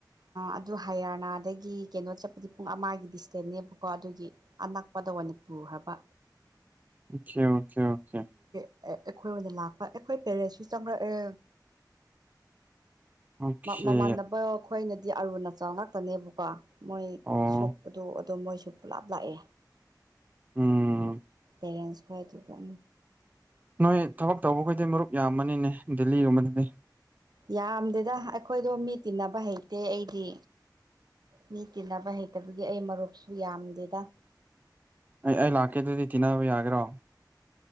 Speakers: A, on the right; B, on the right.
A: ꯑꯗꯨ ꯍꯌꯥꯔꯅꯥꯗꯒꯤ ꯀꯩꯅꯣ ꯆꯠꯄꯗꯤ ꯄꯨꯡ ꯑꯃꯒꯤ ꯗꯤꯁꯇꯦꯟꯁꯅꯦꯕꯀꯣ ꯑꯗꯨꯒꯤ ꯑꯅꯛꯄꯗ ꯑꯣꯏꯅꯅꯤꯄꯨꯔꯈ꯭ꯔꯕ
B: ꯑꯣꯀꯦ ꯑꯣꯀꯦ ꯑꯣꯀꯦ
A: ꯑꯩꯈꯣꯏ ꯑꯣꯏꯅ ꯂꯥꯛꯄ ꯑꯩꯈꯣꯏ ꯄꯦꯔꯦꯟꯁꯁꯨ ꯆꯪꯪꯂꯛꯑꯦ
B: ꯑꯣꯀꯦ
A: ꯃꯃꯥꯟꯅꯕ ꯑꯩꯈꯣꯏꯅꯗꯤ ꯗꯤ ꯑꯔꯨ ꯑꯆꯥꯎ ꯉꯥꯛꯇꯅꯦꯕꯀꯣ ꯃꯣꯏ
B: ꯑꯣ
A: ꯁꯣꯛꯄꯗꯣ ꯑꯗꯣ ꯃꯣꯏ ꯁꯨ ꯄꯨꯂꯥꯞ ꯂꯥꯛꯑꯦ
B: ꯎꯝ
A: ꯄꯦꯔꯦꯟꯁ ꯈ ꯍꯥꯏꯏꯗꯨꯒ
B: ꯅꯣꯏ ꯊꯕꯛ ꯇꯧꯕꯈꯗꯤ ꯃꯔꯨꯞ ꯌꯥꯝꯃꯅꯤꯅꯦ ꯗꯦꯜꯂꯤꯒꯨꯝꯕꯗꯗꯤ
A: ꯌꯥꯝꯗꯦꯗ ꯑꯩꯈꯣꯏꯗꯣ ꯃꯤ ꯇꯤꯟꯅꯕ ꯍꯩꯇꯦ ꯑꯩꯗꯤ ꯃꯤ ꯇꯤꯟꯅꯕ ꯍꯩꯇꯕꯒꯤ ꯑꯩ ꯃꯔꯨꯞꯁꯨ ꯌꯥꯝꯗꯦꯗ
B: ꯑꯩ ꯑꯩ ꯂꯥꯛꯀꯦ ꯑꯗꯨꯗꯤ ꯇꯤꯟꯅꯕ ꯌꯥꯒꯔꯣ